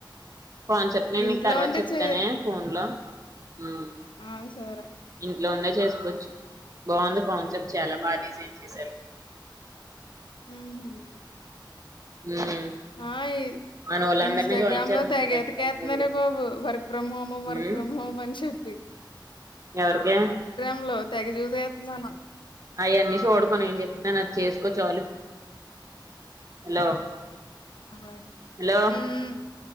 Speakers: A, on the right (about 40°); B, on the left (about 75°).
A: కాన్సెప్ట్ నేను
B: ఇంట్లో
A: నీకు తర్వాత
B: ఉండి
A: చెప్తానే
B: చే
A: ఫోన్ లో ఉమ్
B: ఆ సరే
A: ఇంట్లో ఉండే చేసుకోవచ్చు బాగుంది కాన్సెప్ట్ చాలా బాగా డిజైన్ చేసారు
B: హ్మ్ హు
A: ఉమ్
B: ఆ ఈ
A: మనోళ్ళందరినీ
B: ఇన్స్టాగ్రామ్
A: జాయిన్ చేద్దాం
B: లో తెగ
A: వర్క్
B: ఎతికెతన్ననే
A: ఫ్రమ్ హోమ్ లో
B: బాబు వర్క్ ఫ్రొం హోమ్ ము వర్క్
A: ఉమ్
B: ఫ్రొం హోమ్ ము అని చెప్పి
A: ఎవరికి
B: <unintelligible> తెగచూసేతున్నాను
A: అవన్నీ చూడకు నేను చెప్తాను అది చేసుకో చాలు హలో
B: అయ్
A: హలో
B: హ్మ్ హ్మ్